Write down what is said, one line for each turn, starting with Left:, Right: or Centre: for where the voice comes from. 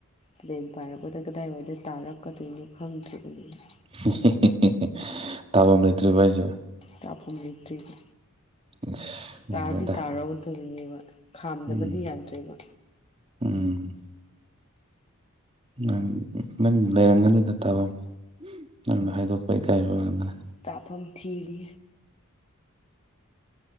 Left: ꯄ꯭ꯂꯦꯟ ꯄꯥꯏꯔꯛꯄꯗ ꯀꯗꯥꯏꯋꯥꯏꯗ ꯇꯥꯔꯛꯀꯗꯣꯏꯅꯣ ꯈꯪꯗ꯭ꯔꯤꯕꯅꯦꯕ
Right: ꯍꯦ ꯍꯦ ꯍꯦ ꯇꯥꯕꯝ ꯂꯩꯇ꯭ꯔꯤꯕ ꯑꯩꯁꯦ
Left: ꯀꯥꯐꯝ ꯂꯩꯇ꯭ꯔꯤꯕ
Right: ꯏꯁ
Left: ꯇꯥꯗꯤ
Right: ꯌꯥꯔꯦꯗ
Left: ꯇꯥꯔꯧꯗꯣꯏꯅꯦꯕ ꯈꯥꯝꯗꯕꯗꯤ
Right: ꯎꯝ
Left: ꯌꯥꯗ꯭ꯔꯦꯕ
Right: ꯎꯝ ꯅꯪ ꯅꯪ ꯂꯩꯔꯝꯒꯅꯤꯗ ꯊꯕ ꯅꯪꯅ ꯍꯥꯏꯗꯣꯛꯄ ꯏꯀꯥꯏ ꯑꯣꯏꯔꯝꯒꯅꯤ
Left: ꯇꯥꯐꯝ ꯊꯤꯔꯤ